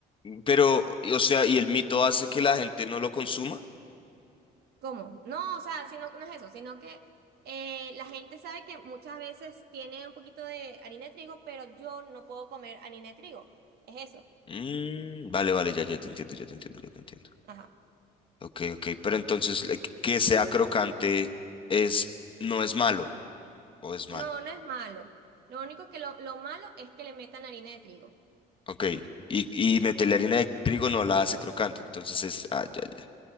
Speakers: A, on the left; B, on the right.
A: Pero, y- o sea, ¿y el mito hace que la gente no lo consuma?
B: ¿Cómo? No, o sea, sino, no es eso, sino que eh, la gente sabe que muchas veces tiene un poquito de harina de trigo, pero yo no puedo comer harina de trigo. Es eso.
A: Mm, vale, vale, ya, ya te entiendo, ya te entiendo, ya te entiendo.
B: Ajá.
A: Ok, ok, pero entonces eh, que sea crocante es, no es malo, o es malo.
B: No, no es malo. Lo único que lo, lo malo es que le metan harina de trigo.
A: Ok, y, y meterle harina de trigo no la hace crocante, entonces es, ah, ya, ya,